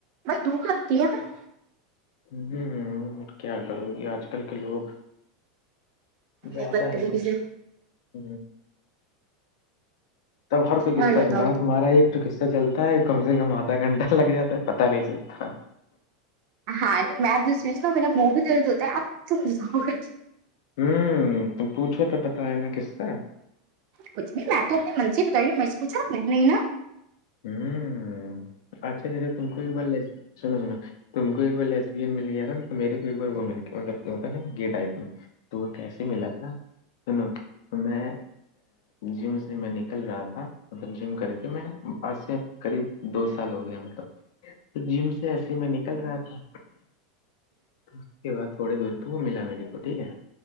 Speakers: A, on the right; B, on the left.
A: بائی دکھتی ہے <unintelligible>
B: ہوں ہ کیا کرو گی آج کل کے لوگ زیادہ
A: میں بدتمیزی
B: ہی کچھ
A: سے
B: ہ تب ہر کوئی قصہ
A: اور بتاؤ
B: سنا ہے تمہارا ایک تو قصہ چلتا ہے کم سے کم آدھا گھنٹہ لگ جاتا ہے پتا نہیں چلتا
A: ہاں نہیں میپ دوسریس نا میرا مو بھی درد ہوتا ہے آپ ت جاؤ گ
B: ہوں تم پوچھو ت بتائے نا کسسا سے
A: کچھ بھی میں تو اپنے من سے ہی بتائیوں میں سے پچھا اپ نا
B: ہوں اچھا اچھا اچھا تم کو بول ل سناو سناو تم کو ایک بار لیسین مل گیا تھا نا میرے کو ایک بار وہ مل نا گی ٹائپ میں تو وہ کیسے ملا تھا سنو تو میں جم سے میں نکل رہا تھا مطلب جم کر کے میں پس سے قریب دو سال ہو گیا مطلب تو جم سے ایسے میں نکل رہا تھا اس کے بعد تھوڑے دور پہ وہ ملا میرے کو ٹھیک ہے